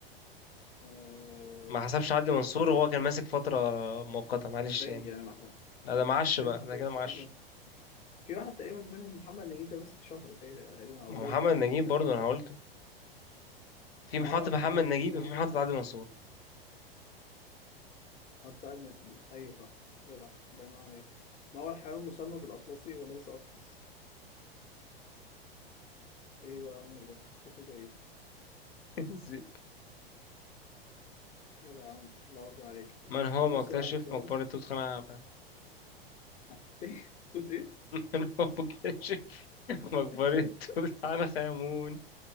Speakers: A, on the left (about 25°); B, on the left (about 75°).
A: آه
B: ما حسبش عدلي
A: ستة
B: منصور
A: يا باشا
B: وهو كان ماسك فترة مؤقتة معلش
A: ازاي
B: يعني
A: يعني ما حسب
B: لا ده معش
A: ازاي
B: بقى
A: ما حسبش
B: ده كده معش
A: عدد في واحد تقريبا منهم محمد نجيب ده مسك شهر تقريبا تقريباً، أو
B: ما
A: يوم
B: هو محمد
A: حاجة
B: نجيب
A: كده
B: برضه أنا قلته في
A: ما
B: محطة
A: هو الحيوان
B: محمد نجيب
A: المسمى
B: وفي محطة عدلي منصور
A: حط أجمل أيوه صح جدع الله ينور عليك ما هو الحيوان المسمى بالأطلسي وليس أطلس؟ إيه بقى يا عمر ده؟ شكله ده إيه؟
B: <laughs> زيد.
A: جدع يا عمر الله أكبر عليك
B: من هو
A: طب
B: مكتشف
A: بص بقى آخر سؤال
B: مقبرة توت عنخ <laughs> آمون
A: <laughs> إيه؟ توت إيه؟
B: من هو مكتشف مقبرة
A: <laughs> طب
B: توت عنخ آمون